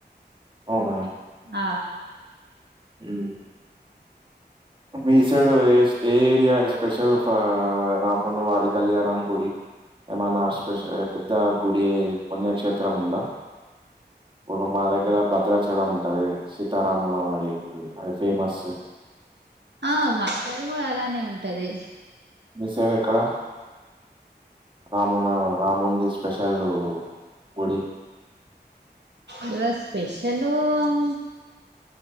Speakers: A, on the right (about 30°); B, on the right (about 75°).
A: అవునా
B: ఆ
A: ఉమ్ మీ సైడు ఏ ఏ ఏరియా ఎస్పెషల్ ఫ రాముల వారి కళ్యాణం గుడి ఏమైనా స్పెష పెద్ద గుడి పుణ్యక్షేత్రం ఉందా ఇప్పుడు నా దగ్గర భద్రాచలం ఉంటది సీతారాముల వారి గుడి అది ఫేమస్
B: ఆ మా సైడ్ కూడా అలానే ఉంటది
A: మీ సైడ్ ఎక్కడ రామునా రాముంది స్పెషల్ గుడి
B: ఇల స్పెషల్.,..